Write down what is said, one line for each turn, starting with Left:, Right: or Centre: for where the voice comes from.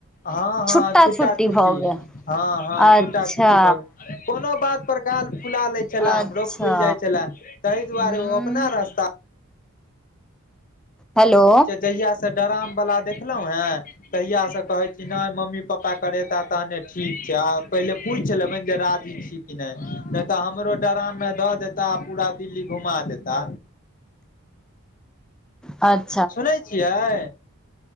Left: हँ हँ
Centre: छुट्टा
Left: छुटा छुट्टी
Centre: भऽ गेल
Left: हँ हँ
Centre: अच्छा
Left: छुटा छुट्टी भ कोनो बात पर गाल फुला लै छले
Centre: अच्छा
Left: हमरो फुलि जाय छलै तहि दुआरे
Centre: हूँ
Left: ओ अपना रास्ता
Centre: हेलो
Left: जहिया से डराम वाला देखलहुं है तहिया से कहे छी न मम्मी पापा के करेता तहने ठीक छै पहिले पूछि लेबैन जे राजी छी कि नहि तऽ हमरो डराम में दऽ देता पूरा दिल्ली घुमा देता
Centre: अच्
Left: सुनै छियै